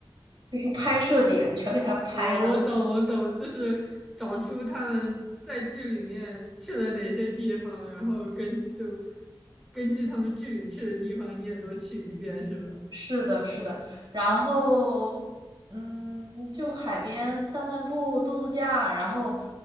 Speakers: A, on the right; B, in the centre.
A: 就是拍摄点全给它拍了，
B: 哦，我懂，我懂，就是找出他们在剧里面去了哪些地方，然后根就根据他们剧里去的地方，你也都去一遍，是吧？
A: 是的，是的，然后嗯，就海边散散步、度度假，然后